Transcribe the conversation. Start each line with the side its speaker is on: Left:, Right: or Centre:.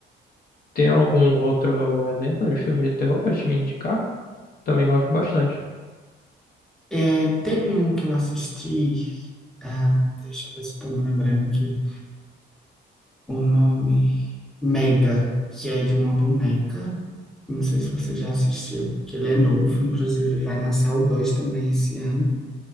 Left: Tem algum outro exemplo de filme de terror pra te me indicar? Também gosto bastante.
Centre: Eh, teve um que eu assisti, ah, deixa eu ver se estou me lembrando aqui. o nome Mega, que é de uma boneca. Não sei se você já assistiu, que ele é novo, inclusive vai lançar o 2 também esse ano.